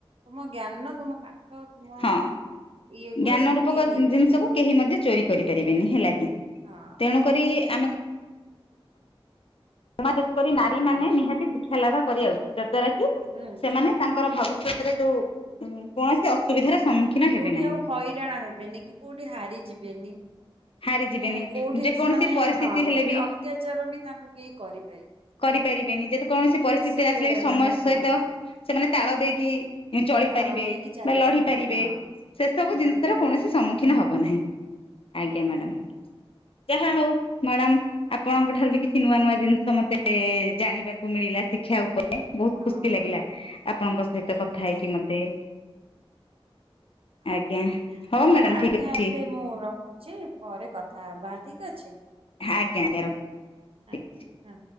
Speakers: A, on the right; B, on the left.
A: ମୋ ଜ୍ଞାନ ତୁମେ ପାଠ ତୁମ
B: ହଁ
A: ଏଗୁଡା
B: ଜ୍ଞାନ
A: ସବୁ
B: ରୂପକ
A: କେହି
B: ଜିନିଷକୁ
A: ନେଇପାରିବେନି
B: କେହି ମଧ୍ୟ ଚୋରି କରିପାରିବେନି
A: କେହି ନେଇପାରିବେନି
B: ହେଲା କି
A: ହଁ
B: ତେଣୁ କରି ଆମେ ସମ କରି ନାରୀ
A: ହୁଁ
B: ମାନେ ନିହାତି ଶିଖି ଖେଲା ବା କରିବା ଆଉ ଯଦ୍ଦ୍ୱାରା କି
A: ହେ ଉଚିତ
B: ସେମାନେ ତାଙ୍କର ଭବିଷ୍ୟତ ଯୋଉ କୌଣସି ଅସୁବିଧାର ସମ୍ମୁଖୀନ ହେବେ
A: କୋଉଠି
B: ନାହିଁ।
A: ଆଉ ହଇରାଣ ହେବେନି କି କୋଉଠି ହାରିଯିବେନି ମାନେ
B: ହାରିଯିବେନି
A: କୋଉଠି
B: ଯେକୌଣସି
A: ସେମାନେ
B: ପରିସ୍ଥିତି
A: ହଁ
B: ହେଲେ
A: କୋଉଠି
B: ବି
A: ଅତ୍ୟାଚାର ବି ତାଙ୍କୁ କେହି କରି
B: କରିପାରିବେନି ଯେତେ କୌଣସି ପରିସ୍ଥିତିରେ
A: ସିଏ
B: ଆସିଲେ ବି ସମୟ
A: ମାନେ
B: ସହିତ
A: ହଁ
B: ସେମାନେ ତାଳ ଦେଇକି ଚଳିପାରିବେ
A: ତାଳ ଦେଇକି ଚାଲି
B: ବା ଲଢି ପାରିବେ
A: ହଁ
B: ସେ ସବୁ
A: ଲଢି
B: ଜିନିଷର
A: ପାରିବେ
B: କୌଣସି ସମ୍ମୁଖୀନ ହବ ନାହିଁ ଆଜ୍ଞା
A: ହଁ
B: ମ୍ୟାଡାମ ଯାହା
A: ହଁ
B: ହଉ ମ୍ୟାଡ଼ାମ ଆପଣଙ୍କ ଠାରୁ ବି କିଛି ନୂଆ ନୂଆ ଜିନିଷ ମତେ ଏ ଜାଣିବାକୁ ମିଳିଲା ଶିକ୍ଷା ଉପରେ ବହୁତ
A: ହଁ
B: ଖୁସି ଲାଗିଲା ଆପଣଙ୍କ ସହିତ
A: ଆଜ୍ଞା
B: କଥା ହେଇକି ମତେ
A: ହଉ
B: ଆଜ୍ଞା ହଉ
A: ମୁଁ
B: ମ୍ୟାଡ଼ାମ
A: ଆଜ୍ଞା
B: ଠିକ ଅଛି
A: ଏବେ ମୁଁ ରଖୁଛି ପରେ କଥ ଥା ହବା ଠିକ ଅଛି?
B: ଆଜ୍ଞା ଆଜ୍ଞା ରଖ ଠିକ
A: ଆଜ୍ଞା
B: ଅଛି
A: ହଁ।